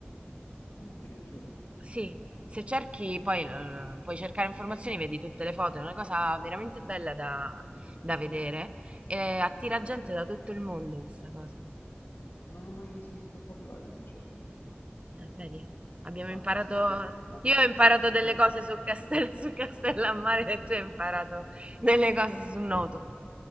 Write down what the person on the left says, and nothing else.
ah, addirittura.
No, non ho mai sentito parlare, sinceramente.
Ah,
poi se ti posso dire un altro
posto,
eh,
sì.